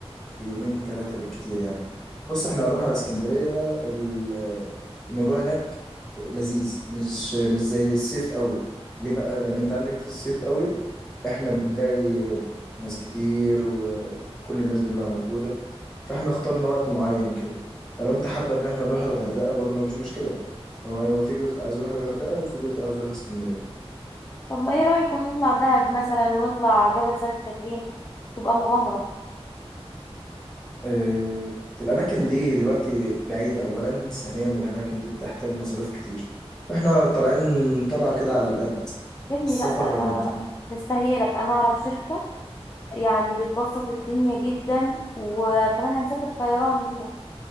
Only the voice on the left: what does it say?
طب ما ايه رأيكم نطلع دهب مثلا ونطلع جبل سانت كاترين تبقى مغامرة
يا ابني
لا لا لا لا
مستهيئلك انا اعرف شركة يعني بتبسط الدنيا جدا وكمان هنسافر طيران بيها